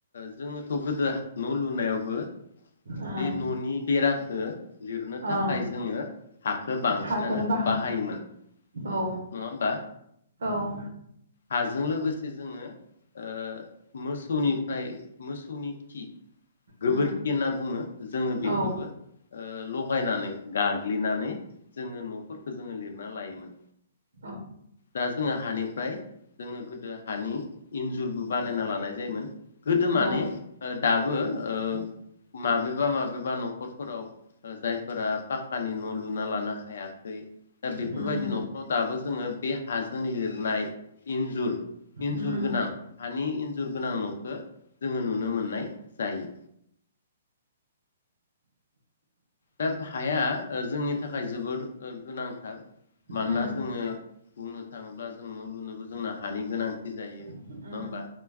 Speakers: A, on the left (about 80°); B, on the right (about 80°).
A: जोङोथ' गोदो न' लुनायावबो
B: ओ
A: बे न'नि बेराख लिरनो थाखाय
B: ओं
A: जोङो हाखौ बांसिनानो
B: हाखौनो बाहाय
A: बाहायोमोन।
B: औ
A: नङा होमबा
B: औ
A: हाजों लोगोसे जोङो ओ मोसौनिफ्राय मोसौनि खि गोबोरखि
B: उम
A: होनना बुङो। जोङो बेखौबो
B: औ
A: ओ लगायनानै गाग्लिनानै जोङो न'फोरखौ जोङो लिरना लायोमोन।
B: औ
A: दा जोङो हानिफ्राय जोङो गोदो हानि इन्जुरबो बानायना लानाय जायोमोन। गोदो माने
B: औ
A: ओ दाबो ओ माबेबा माबेबा न'खरफोराव जायफोरा पाक्कानि न' लुना लानो हायाखै दा बेफोरबायदि
B: उम
A: न'खराव दाबो जोङो बे हाजों लिरनाय इन्जुर इन्जुर
B: उम
A: गोनां हानि इन्जुर गोनां न'खौ जोङो नुनो मोननाय जायो। दा हाया जोंनि थाखाय जोबोद गोनांथार
B: उम
A: मानोना जोङो बुंनो थाङोब्ला जों न' लुनोबो जोंना हानि गोनांथि जायो। नङा
B: उम
A: होमबा